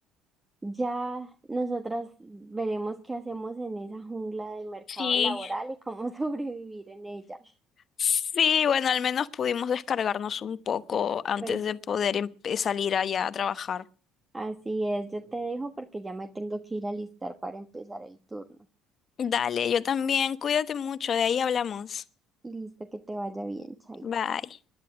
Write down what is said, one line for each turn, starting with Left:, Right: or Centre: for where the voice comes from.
Right: ya nosotras veremos qué hacemos en esa jungla del mercado
Left: Sí.
Right: laboral y cómo <laughs> sobrevivir en ella.
Left: Sí, bueno, al menos pudimos descargarnos un poco antes
Right: Pues
Left: de poder em- eh, salir allá a trabajar.
Right: así es, yo te dejo porque ya me tengo que ir a alistar para empezar el turno.
Left: Dale, yo también. Cuídate mucho, de ahí hablamos.
Right: Listo, que te vaya bien, Chaito.
Left: Bye.